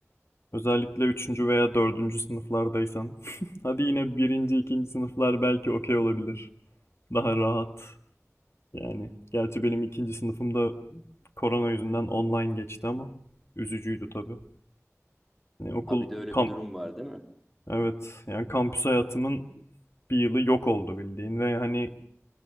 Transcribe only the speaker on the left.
Özellikle üçüncü veya dördüncü sınıflardaysan. <laughs> Hadi yine birinci ikinci sınıflar belki okey olabilir. Daha rahat. Yani gerçi benim ikinci sınıfımda korona yüzünden online geçti ama üzücüydü tabii. Yani okul
kamp
evet yani kampüs hayatımın bir yılı yok oldu bildiğin ve hani